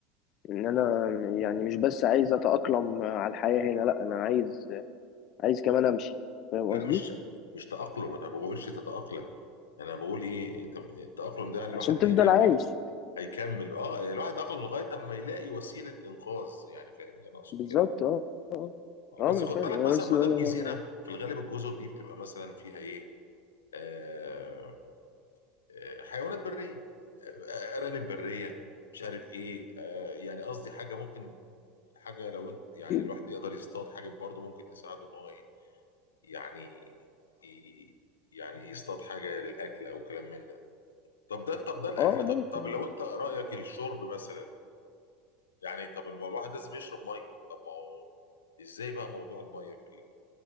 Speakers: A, on the left; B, on the left.
A: إن أنا يعني مش بس عايز أتأقلم على الحياة هنا لأ أنا عايز عايز كمان أمشي فاهم
B: لا
A: قصدي؟
B: مش مش تأقلم انا ما بقولش تتأقلم انا بقول ايه التم- التأقلم ده يعني الواحد
A: عشان تفضل
B: هيكمل
A: عايش
B: هيكمل اه يعني الواحد عقله لغايه اما يلاقي وسيله انقاذ يعني فاهمني انا اقصد
A: بالظبط
B: كده
A: اه اه
B: آه،
A: اه
B: بس
A: ما انا
B: خد
A: فاهم
B: بالك
A: انا
B: مثلا
A: بس
B: ما
A: بقول
B: دام جزيره
A: لك
B: في الغالب الجزر دي بتبقى مثلا فيها ايه آه آه حيوانات بريه آه، آه، ارانب بريه مش عارف ايه آه يعني قصدي حاجه ممكن حاجه لو انت يعني
A: يعني
B: الواحد يقدر يصطاد حاجه برضه ممكن تساعده ان هو ايه يعني ي- يعني يصطاد حاجه للاكل او كلام من ده طب ده طب ده الاكل
A: اه آه، ممكن
B: طب طب لو انت رايك الشرب مثلا يعني طب ما الواحد لازم يشرب ميه طب ما هو ازاي بقى موضوع الميه في ال-